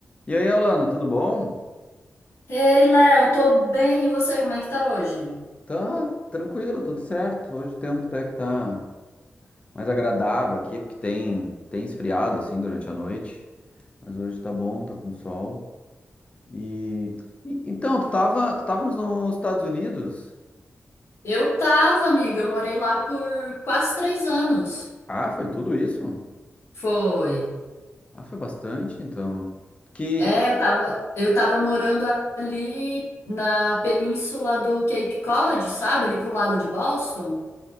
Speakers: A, on the left (about 25°); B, on the left (about 70°).
A: E aí, Alana, tudo bom?
B: Ei, Léo, tô bem, e você, como é que tá hoje?
A: Tá tranquilo, tudo certo. Hoje o tempo até que tá mais agradável aqui, porque tem, tem esfriado assim durante a noite. Mas hoje tá bom, tá com sol. E, e- então, tu tava, tu tava nos nos Estados Unidos?
B: Eu tava, amiga, eu morei lá por quase três anos.
A: Ah, foi tudo isso?
B: Foi.
A: Ah, foi bastante, então. Que
B: É,
A: que-
B: eu tava, eu tava morando ali na península do Cape Cod, sabe? Ali pro lado de Boston.